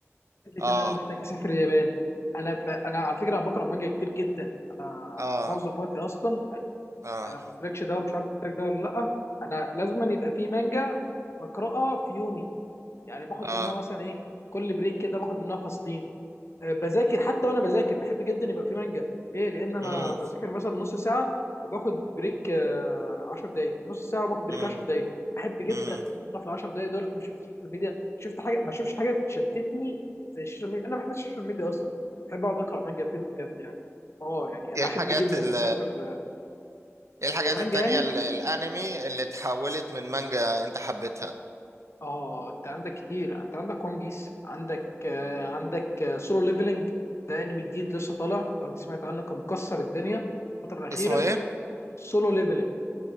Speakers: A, on the left; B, on the right.
A: فكرة
B: اه
A: ان انا محتاج اسافر اليابان انا ب... انا على فكره انا بقرا مانجا كتير جدا انا
B: اه
A: معظم وقتي اصلا يعني
B: اه
A: انا ما قلتلكش ده مش عارف قلت لك ده ولا لا انا لازم يبقى في مانجا بقراها في يومي يعني باخد
B: اه
A: منها مثلا ايه كل بريك كده باخد منها فصلين آه، بذاكر حتى وانا بذاكر بحب جدا يبقى في مانجا ليه لان انا
B: امم
A: بذاكر مثلا نص ساعه وباخد بريك آه، 10 دقائق نص ساعه وباخد بريك
B: امم
A: 10 دقائق احب جدا
B: امم
A: ان انا في ال 10 دقائق دولت ما شفت السوشيال ميديا شفت حاجه ما شفتش حاجه تشتتني زي السوشيال ميديا انا ما بحبش السوشيال ميديا اصلا بحب اقعد اقرا مانجا فيهم بجد يعني اه يعني انا
B: ايه الحاجات
A: احب جدا
B: ال
A: اسافر
B: ايه الحاجات
A: آه، مانجا
B: التانية
A: يعني
B: ال- الانمي اللي اتحولت من مانجا انت حبيتها
A: اه انت عندك كتير انت عندك ون بيس عندك آه، عندك سولو ليفلنج ده انمي جديد لسه طالع لو انت سمعت عنه كان مكسر الدنيا الفتره الاخيره
B: اسمه ايه؟
A: سولو ليفلنج